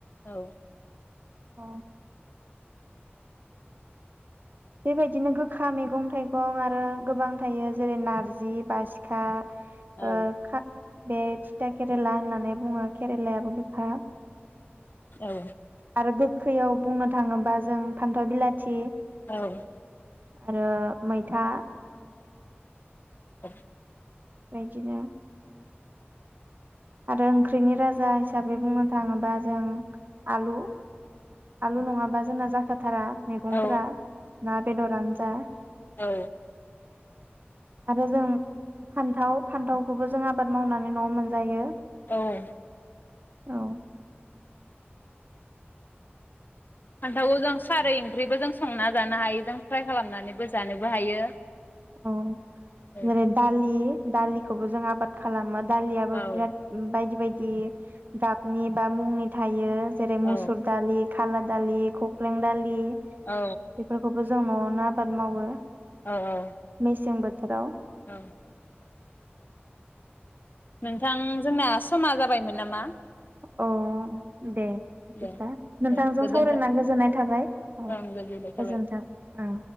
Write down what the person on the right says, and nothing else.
अ बेबायदिनो गो खा मैगं थाइगं आरो गोबां थायो जेरै नारजि बासिखा
ओ खा बे थिथा केरेला होननानै बुङो केरेलायाबो गोखा
आरो गोखैयाव बुंनो थाङोबा जों फान्थाव बिलाथि।
आरो मैथा।
बेदिनो आरो ओंख्रिनि राजा हिसाबै बुंनो थाङोबा जों आलु आलु नङाबा जोंना जाखाथारा मैगंफोरा
ना बेदरानो जा
आरो जों फान्थाव फान्थावखौबो जों आबाद मावनानै न'आव मोनजायो।
औ
अ
जेरै दालि दालिखौबो जों आबाद खालामोत दालियाबो बिराद
बायदि बायदि दि गाबनि बा मुंनि थायो जेरै
मुसुर दालि खाला दालि खख्लें दालि
बेफोरखौबो जों नआवनो आबाद मावो
मेसें बोथोराव
अ दे बिदिब्ला
नोंथांजों
सावरायना गोजोननाय थाबाय अ
गोजोनथों ओं